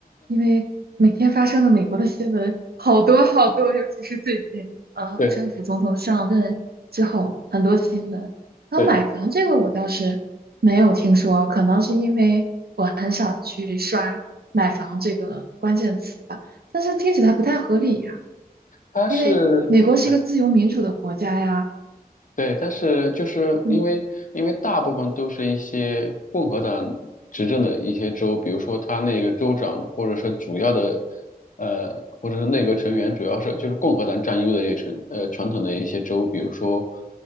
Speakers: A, on the right; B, on the left.
A: 因为每天发生的美国的新闻好多好多，尤其是最近，呃，
B: 对。
A: 川普总统上任之后很多新闻。然后买房这个我倒是没有听说，
B: 对，
A: 可能是因为我很少去刷买房这个关键词吧，但是听起来不太合理呀，
B: 它是，
A: 因为美国是一个自由民主的国家呀，
B: 对，对，但是就是因为因为大部分都是一些共和党执政的一些州，
A: 嗯。
B: 比如说他那个州长或者是主要的，呃，或者是内阁成员主要是就是共和党占优的一些城，呃，传统的一些州，比如说